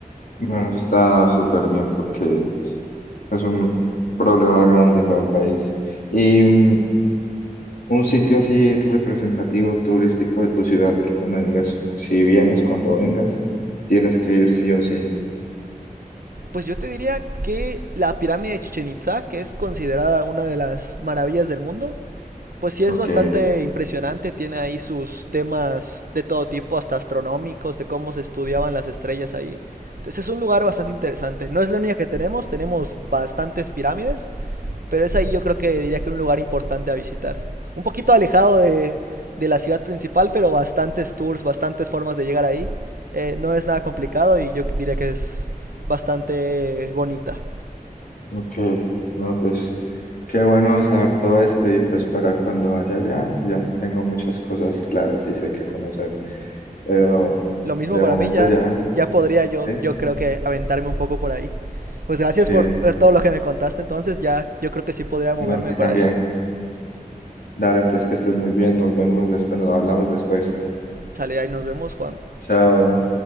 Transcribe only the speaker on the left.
Bueno, eso está súper bien porque es un problema grande para el país. Y un, un sitio así representativo turístico de tu ciudad que tú me digas, si vienes cuando vengas, tienes que ir sí o sí.
Ok.
Ok, no, pues qué bueno saber todo esto y pues para cuando vaya allá ya tengo muchas cosas claras y sé qué conocer, pero
de
momento
ya,
sí,
sí,
no, a ti
también.
Dale, entonces que estés muy bien, nos vemos después, nos hablamos después.
Chao.